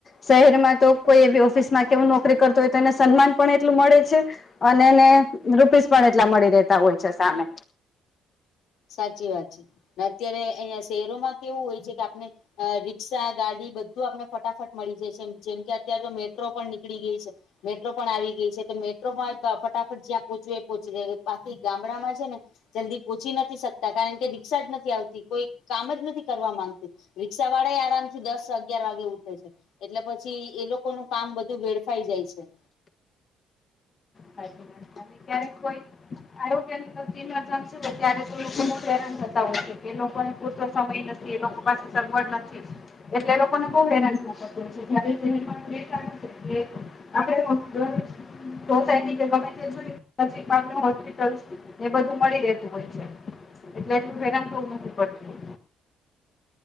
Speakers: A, on the left; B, on the left.
A: શહેરમાં તો કોઈ એવી ઓફિસ માં કેવું નોકરી કરતું હોય તો એને સન્માન પણ એટલું મળે છે. અને એને રૂપીસ પણ એટલા મળી રહેેતા હોય છે. સામે
B: સાચી વાત છે. અને અત્યારે અહિયાં શહેરોમાં કેવું હોય છે. કે આપને અ રિક્ષા ગાડી બધું આપને ફટાફટ મળી જાય છે. જેમ કે અત્યારે તો મેટ્રો પણ નીકળી ગઈ છે મેટ્રો પણ આવીગી છે તો મેટ્રો પણ ફટાફટ જ્યાં પહોચું એ પોચી પાછથી ગામડામાં છે ને જલ્દી પોહોંચી નથી શકતા કારણ કે રીક્ષા જ નથી આવતી કોઈ કામ જ નથી કરવા માંગતું. રિક્ષા વાળા એ આરામથી દસ અગિયાર વાગે ઊઠે છે. એટલે પછી એ લોકોનું કામ બધું વેડફાઈ જાય છે.
A: તમે ક્યારેક કોઈ આરોગ્યની <unintelligible> અંદર જ હોય ત્યારે તો લોકો ન હેરા થતા હોય છે કે લોકોને પૂરતો સમય નથી. એ લોકો પાસે સગવડ નથી. એટલે એ લોકોને બઉ હેરાન થવું પડતું હશે જ્યારે શહેર બે આપે <unintelligible> સોસાયટી કેગમે તેહોસ્પિટલ એ બધું મળી રહેતું હોય છે. એટલે એટલું હેરાન થવું નથી પડતું.